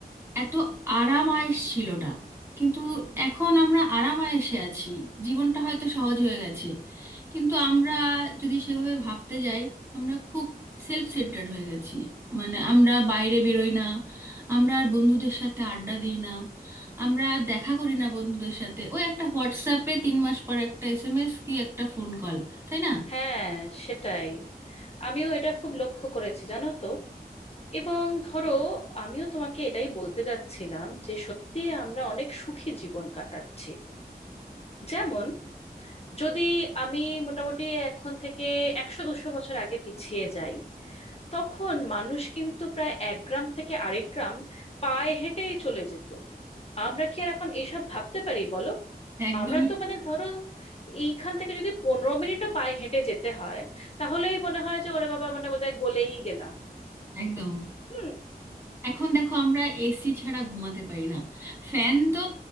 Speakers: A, on the right; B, on the left.
A: এত আরাম আয়েশ ছিল না কিন্তু এখন আমরা আরাম আয়েশে আছি জীবনটা হয়তো সহজ হয়ে গেছে কিন্তু আমরা যদি সেভাবে ভাবতে যাই আমরা খুব সেলফ সেন্টার্ড হয়ে গেছি মানে আমরা বাইরে বেরোই না আমরা আর বন্ধুদের সাথে আড্ডা দিই না আমরা দেখা করি না বন্ধুদের সাথে ওই একটা হোয়াটসঅ্যাপে তিন মাস পর একটা এসএমএস কি একটা ফোন কল তাই না
B: হ্যাঁ সেটাই আমিও এটা খুব লক্ষ্য করেছি জানো তো এবং ধরো আমিও তোমাকে এটাই বলতে যাচ্ছিলাম যে সত্যি আমরা অনেক সুখী জীবন কাটাচ্ছি যেমন যদি আমি মোটামুটি এখন থেকে একশো দুশো বছর আগে পিছিয়ে যাই তখন মানুষ কিন্তু প্রায় এক গ্রাম থেকে আরেক গ্রাম পায়ে হেঁটেই চলে যেত আমরা কি আর এখন এইসব ভাবতে পারি বলো
A: একদমই
B: আমরা তো মানে ধরো এইখান থেকে যদি পনেরো মিনিটও পায়ে হেঁটে যেতে হয় তাহলেই মনে হয় যে ওরে বাবা মানে বোধহয় গলেই গেলাম
A: একদম
B: হুম
A: এখন দেখো আমরা এসি ছাড়া ঘুমাতে পারি না ফ্যান তো